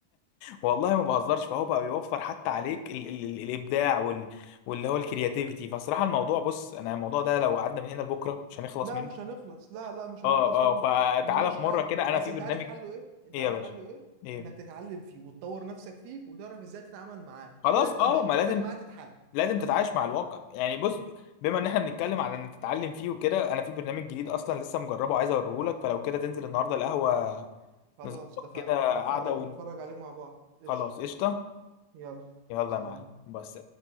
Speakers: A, on the left (about 85°); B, on the right (about 75°).
A: والله ما بهزرش فهو بقى يوفر حتى عليك ال ال ال الابداع وال واللي هو الكرياتيفيتي فصراحه الموضوع بص انا الموضوع ده لو قعدنا من هنا لبكره مش هنخلص
B: لا
A: منه
B: مش هنخلص لا لا مش
A: اه
B: هنخلص منه
A: اه فتعالى
B: ومالوش
A: في
B: حل
A: مره كده
B: بس
A: انا في
B: انت
A: برنامج
B: عارف حله ايه انت
A: ايه
B: عارف
A: يا باشا
B: حله ايه
A: ايه
B: انك تتعلم فيه وتطور نفسك فيه وتعرف ازاي تتعامل معاه
A: خلاص
B: كده انت
A: اه
B: مشكلتك
A: ما لازم
B: معاه تتحل
A: لازم تتعايش مع الواقع يعني بص ب- بما ان احنا بنتكلم على انك تتعلم فيه وكده انا في برنامج جديد اصلا لسه مجربه عايز اوريهولك فلو كده تنزل النهارده القهوه
B: خلاص
A: نظبط
B: اتفقنا
A: كده
B: نتفرج
A: قعده و-
B: نتفرج عليه مع بعض قشطة
A: خلاص قشطه
B: يلا
A: يلا
B: سلام
A: يا معلم بس